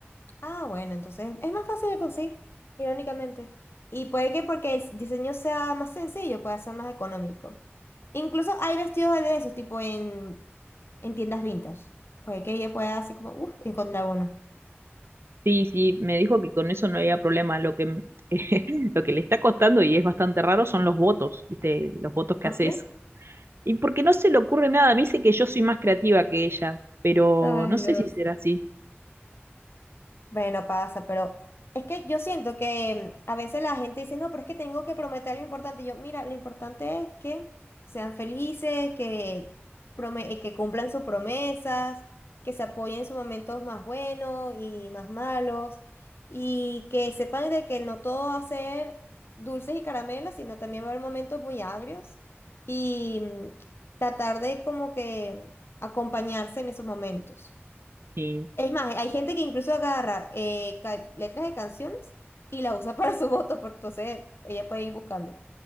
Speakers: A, on the left (about 60°); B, on the right (about 65°).
A: Ah, bueno, entonces es más fácil de conseguir, irónicamente. Y puede que porque el diseño sea más sencillo, pueda ser más económico. Incluso hay vestidos de esos, tipo en, en tiendas vintage. Puede que ella pueda así como, uff, encontrar uno.
B: Sí, sí, me dijo que con eso no había problema. Lo que, m- <laughs> lo que le está costando y es bastante raro son los votos, ¿viste? Los votos que
A: ¿Por
B: haces.
A: qué?
B: Y porque no se le ocurre nada, me dice que yo soy más creativa que ella, pero
A: Ay,
B: no sé
A: Dios.
B: si será así.
A: Bueno, pasa, pero es que yo siento que mm, a veces la gente dice, no, pero es que tengo que prometer algo importante. Y yo, mira, lo importante es que sean felices, que, prome- eh, que cumplan sus promesas, que se apoyen en sus momentos más buenos y más malos, y que sepan de que no todo va a ser dulces y caramelos, sino también va a haber momentos muy agrios. Y mm, tratar de como que acompañarse en esos momentos.
B: Sí.
A: Es más, hay gente que incluso agarra eh, ca- letras de canciones y la usa <laughs> para su voto, porque entonces ella puede ir buscando.